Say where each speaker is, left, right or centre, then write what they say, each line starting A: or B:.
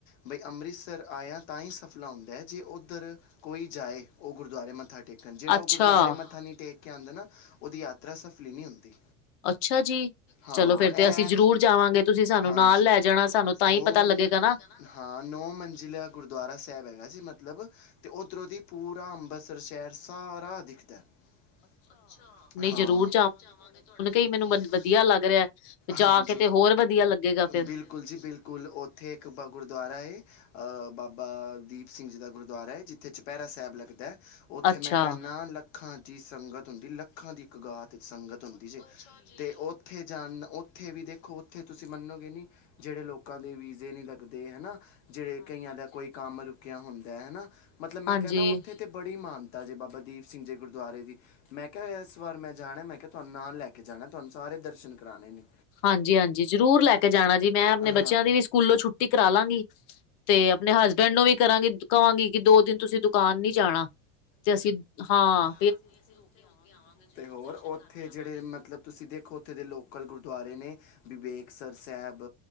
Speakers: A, on the left (about 80°); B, on the left (about 50°).
A: ਬਈ ਅੰਮ੍ਰਿਤ ਅੰਮ੍ਰਿਤਸਰ ਆਇਆ ਤਾਂ ਹੀ ਸਫਲਾ ਹੁੰਦਾ ਐ ਜੇ ਉੱਧਰ ਕੋਈ ਜਾਏ ਉਹ ਗੁਰਦੁਆਰੇ ਮੱਥਾ ਟੇਕ ਜਿਹੜਾ
B: ਅੱਛਾ,
A: ਉਹ ਗੁਰਦੁਆਰੇ ਮੱਥਾ ਨਹੀਂ ਟੇਕ ਕੇ ਆਉਂਦਾ ਨਾਂ ਉਹਦੀ ਯਾਤਰਾ ਸਫਲੀ ਨਹੀਂ ਹੁੰਦੀ।
B: ਅੱਛਾ ਜੀ।
A: ਹਾਂ
B: ਚਲੋ ਫੇਰ ਤੇ
A: ਇਹ
B: ਅਸੀਂ ਜ਼ਰੂਰ ਜਾਵਾਂਗੇ ਤੁਸੀਂ ਸਾਨੂੰ
A: ਹਾਂਜੀ।
B: ਨਾਲ ਲੈ
A: ਹਾਂਜੀ
B: ਜਾਣਾ ਸਾਨੂੰ ਤਾਂ ਹੀ
A: ਉਹ-
B: ਪਤਾ ਲੱਗੇਗਾ ਨਾਂ।
A: ਹਾਂ ਨੌ ਉਹ ਮੰਜ਼ਿਲਾ ਗੁਰਦੁਆਰਾ ਸਾਹਿਬ ਹੈਗਾ ਜੀ ਮਤਲਬ ਮਤਲਬ ਤੇ ਓਧਰੋਂ ਦੀ ਪੂਰਾ ਅੰਮ੍ਰਿਤਸਰ ਸ਼ਹਿਰ ਸਾਰਾ ਦਿਖਦਾ। ਅੱਛਾ। ਜਰੂਰ
B: ਨਹੀਂ ਜ਼ਰੂਰ
A: ਜਾਵਾਂਗੇ ਤੁਹਾਡਾ ਸੁਣ
B: ਹੀ
A: ਕੇ
B: ਵਧ
A: ਮੈਨੂੰ
B: ਵਧੀਆ
A: ਮ
B: ਲੱਗ ਰਿਹਾ। ਜਾ
A: ਹਾਂਜੀ,
B: ਕੇ ਤੇ ਹੋਰ ਵਧੀਆ ਲੱਗੇਗਾ ਫੇਰ
A: ਬਿਲਕੁਲ ਜੀ ਬਿਲਕੁਲ ਓਥੇ ਇੱਕ ਗੁਰਦੁਆਰਾ ਏ ਬਾਬਾ ਦੀਪ ਸਿੰਘ ਜੀ ਦਾ ਗੁਰਦੁਆਰਾ ਐ ਜਿੱਥੇ ਚੁਪਹਿਰਾ ਸਾਹਿਬ ਲੱਗਦਾ। ਉੱਥੇ
B: ਅੱਛਾ,
A: ਮੈਂ ਕਹਿੰਦਾ ਲੱਖਾਂ ਦੀ ਸੰਗਤ ਹੁੰਦੀ ਲੱਖਾਂ ਦੀ ਕ ਗਾਤ ਸੰਗਤ ਹੁੰਦੀ ਜੇ ਅੱਛਾ ਜੀ! ਤੇ ਉਹ ਉੱਥੇ ਜਾਣ ਉੱਥੇ ਵੀ ਦੇਖੋ ਉੱਥੇ ਤੁਸੀਂ ਮੰਨੋਗੇ ਨੀਂ ਜਿਹੜੇ ਲੋਕਾਂ ਦੇ ਵੀਜ਼ੇ ਨਹੀਂੀ ਲੱਗਦੇ ਹਨਾਂ। ਜਿਹੜੇ ਕਈਆਂ ਦਾ ਕੋਈ ਕੰਮ ਰੁਕਿਆ ਹੁੰਦਾ ਹਨਾਂ ਮਤਲਬ
B: ਹਾਂਜੀ-ਹਾਂਜੀ।
A: ਮੈਂ ਕਹਦਾ ਉੱਥੇ ਤੇ ਬੜੀ ਮਾਨ ਜੇ ਬਾਬਾ ਦੀਪ ਸਿੰਘ ਜੇ ਗੁਰਦੁਆਰੇ ਦੀ ਮੈਂ ਕਿਹਾ ਇਸ ਵਾਰ ਮੈਂ ਜਾਣਾ, ਮੈਂ ਕਿਹਾ ਤੁਹਾਨੂੰ ਨਾਲ ਲੈ ਕੇ ਜਾਣਾ ਤੁਹਾਨੂੰ ਸਾਰੇ ਦਰਸ਼ਨ ਕਰਾਣੇ ਨੇਂ।
B: ਹਾਂਜੀ ਹਾਂਜੀ। ਜ਼ਰੂਰ ਲੈ ਕੇ ਜਾਣਾ ਜੀ ਮੈਂ ਆਪਣੇ ਬੱਚਿਆਂ
A: ਹਾਂ।
B: ਦੀ ਵੀ ਸਕੂਲੋਂ ਛੁੱਟੀ ਕਰਾ ਲਾਂਗੀ ਤੇ ਆਪਣੇ ਹਸਬੈਂਡ ਨੂੰ ਵੀ ਕਰਾਂਗੀ ਕਹਵਾਂਗੀ ਕਿ ਦੋ ਦਿਨ ਤੁਸੀਂ ਦੁਕਾਨ ਨੀ ਜਾਣਾ ਤੇ ਅਸੀਂ ਹਾਂ
A: ਹਾਂ ਵੀ ਅਸੀਂ ਉਥੇ ਹੋ ਕੇ ਆਵਾਂਗੇ ਜਰੂਰ ਦਰਸ਼ਨ ਕਰਕੇ ਆਵਾਂਗੇ। ਤੇ ਹੋਰ ਉੱਥੇ ਜਿਹੜੇ ਮਤਲਬ ਤੁਸੀਂ ਦੇਖੋ ਉੱਥੇ ਦੇ ਲੋਕਲ ਗੁਰਦੁਆਰੇ ਨੇਂ ਵਿਵੇਕਸ ਸਾਹਿਬ